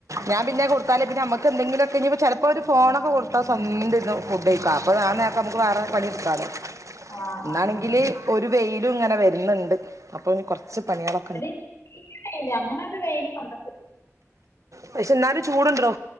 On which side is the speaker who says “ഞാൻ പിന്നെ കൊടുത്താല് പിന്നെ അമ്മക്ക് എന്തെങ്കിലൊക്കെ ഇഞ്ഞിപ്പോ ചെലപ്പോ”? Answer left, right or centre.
Right